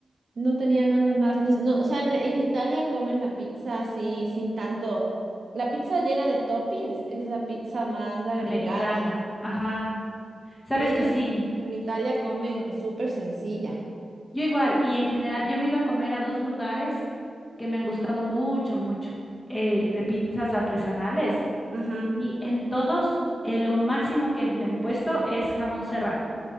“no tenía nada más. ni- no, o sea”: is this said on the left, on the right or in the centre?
Right